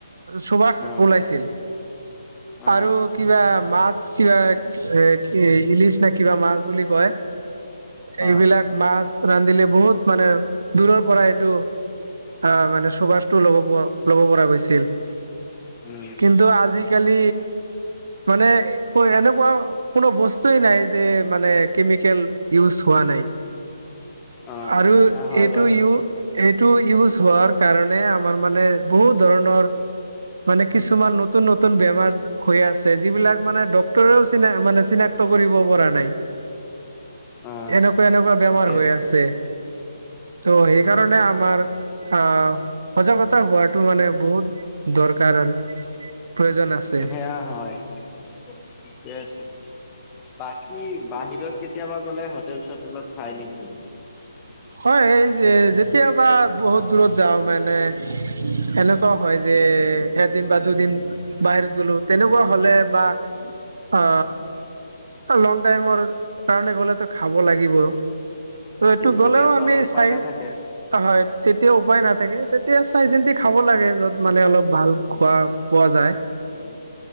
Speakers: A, on the right (about 65°); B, on the left (about 20°).
A: চোবাখ
B: উম,
A: ওলাইছিল
B: উম,
A: আৰু কিবা মাছ কিবা এ কি ইলিচ নে কিবা মাছ বুলি কয়
B: উম,
A: এইবিলাক মাছ ৰান্ধিলে বহুত মানে দূৰৰ পৰা এইটো অ মানে চুবাষটো ল'ব ল'ব পৰা গৈছিল।
B: উম।
A: কিন্তু আজিকালি মানে এনেকুৱা কোনো বস্তুৱে নাই যে মানে কেমিকেল ইউজ হোৱা নাই।
B: অ',
A: আৰু
B: সেয়া হয়
A: এইটো
B: বাৰু
A: ইউ এইটো ইউজ হোৱাৰ কাৰণে আমাৰ মানে বহুত ধৰণৰ মানে কিছুমান নতুন নতুন বেমাৰ হৈ আছে যিবিলাক মানে ডক্তৰেও চিনা মানে চিনাক্ত কৰিব পৰা নাই।
B: অ',
A: এনেকুৱা এনেকুৱা বেমাৰ
B: ঠিকেই
A: হৈ
B: কৈছে
A: আছে। ত' সেইকাৰণে আমাৰ আ সজাগতা হোৱা টো মানে বহুত দৰকাৰ আৰু প্ৰয়োজন আছে।
B: সেয়া হয় ঠিকে আছে বাকী বাহিৰত- কেতিয়াবা গ'লে হোটেল চোটেলত খাই নেকি?
A: হয় সেই যেতিয়াবা বহুত দূৰত যাওঁ মানে
B: উম,
A: এনেকু- ত হয় যে এদিন বা দুদিন বাহিৰত গ'লো তেনেকুৱা হ'লে বা অ লং টাইমৰ কাৰণে গ'লেতো খাব লাগিবও ত' এইটো গ'লেও
B: তেতিয়াতো
A: আমি
B: আৰু উপায়
A: চাই
B: নাথাকে।
A: হয় তেতিয়া উপায় নাথাকে। এতিয়া চাই চিন্তি খাব
B: উম,
A: লাগে য'ত মানে অলপ ভাল
B: উম,
A: খোৱা পোৱা যায়।
B: উম,